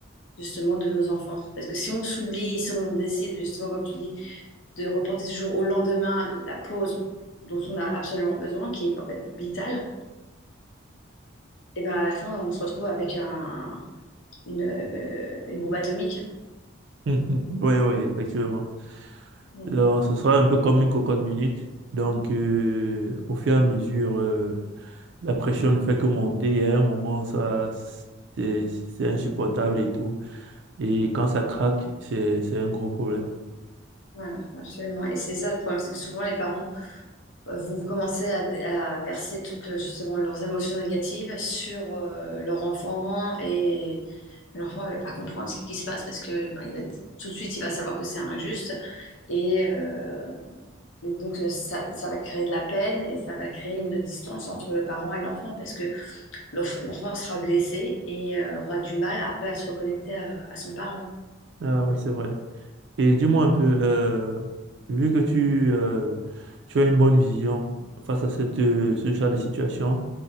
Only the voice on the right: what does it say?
<laughs> oui, oui, effectivement.
Alors, ce sera un peu comme une cocotte minute. Donc, euh, au fur et à mesure, euh, la pression ne fait que monter. Et à un moment, ça, c'est c'est insupportable et tout. Et quand ça craque, c'est, c'est un gros problème.
Ah oui, c'est vrai. Et dis-moi un peu, euh, vu que tu, euh, tu as une bonne vision face à cette, euh, ce genre de situation,